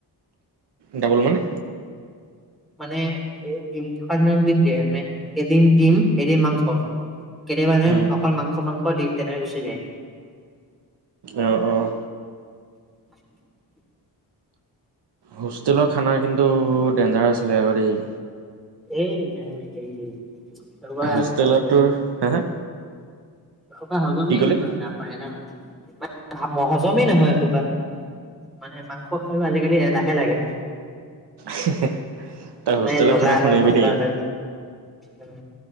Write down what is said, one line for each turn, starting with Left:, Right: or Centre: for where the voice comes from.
Right: ডাবোল মানে।
Centre: মানে এ ডিম থকা দিনা যদি দিয়ে মানে এদিন ডিম এদিন মাংস। কেতিয়াবা এদিন
Right: উম
Centre: অকল মাংস মাংস দিম তেনেকে গুচি যায়।
Right: অহ' অ'হ।
Centre: <unintelligible>
Right: হোষ্টেলৰ খানা কিন্তু ডেঞ্জাৰ আছিলে আকৌ দেই।
Centre: এই নকবি দেই এহোপা
Right: হোষ্টেলত
Centre: হজমে
Right: তোৰ
Centre: নহয়।
Right: হা হা
Centre: এহোপা হজমেই
Right: কি ক'লি
Centre: নহয় আও। মানে ন, মাই ভাৱ হজমেই নহয় এইখোপা মানে মাং।। স খাইও আজিকালি এলাহে লাগে।
Right: হুেহ তই হোষ্টেল
Centre: নাই জ্বলা
Right: খানা। শুনিবি
Centre: হয় মছলা
Right: দেই
Centre: নাই। উম।